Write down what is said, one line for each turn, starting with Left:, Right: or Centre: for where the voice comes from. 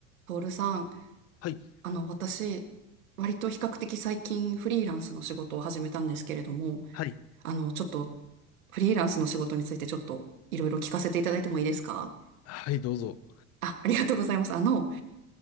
Right: トールさん、
Left: はい、
Right: あの、私、割と比較的最近フリーランスの仕事を始めたんですけれども、
Left: はい、
Right: あの、ちょっと、フリーランスの仕事についてちょっといろいろ聞かせていただいてもいいですか
Left: はい、どうぞ。
Right: あ、ありがとうございます。あの、